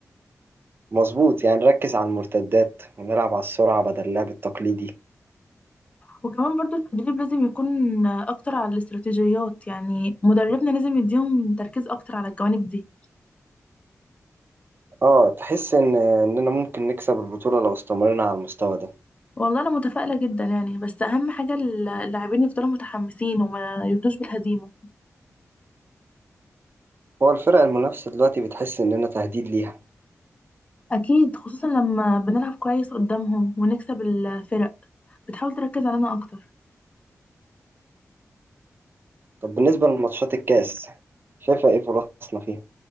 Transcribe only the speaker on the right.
مظبوط يعني نركز على المرتدات ونلعب على السرعة بدل اللعب التقليدي
اه تحس ان اننا ممكن نكسب البطولة لو استمرنا على المستوى ده
هو الفرق المنافسة دلوقتي بتحس اننا تهديد ليها
طب بالنسبة لماتشات الكاس شايفة ايه فرصنا فيها؟